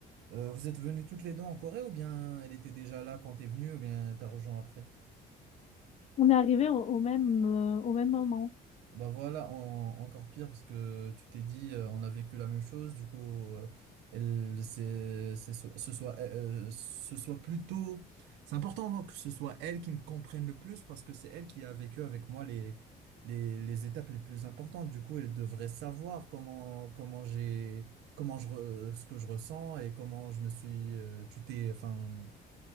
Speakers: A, on the right; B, on the left.
A: euh, vous êtes venues toutes les deux en Corée ou bien elle était déjà là quand t'es venu ou bien t'as rejoint après?
B: On est arrivé au, au même euh, au même moment.
A: Bah voilà, en- encore pire parce que tu t'es dit euh, on a vécu la même chose, du coup euh, elle c'est c'est so- ce soit euh, euh, ce soit plutôt c'est important hein, que ce soit elle qui me comprenne le plus parce que c'est elle qui a vécu avec moi les les les étapes les plus importantes. Du coup, elle devrait savoir comment comment j'ai comment je re- ce que je ressens et comment je me suis euh, tu t'es enfin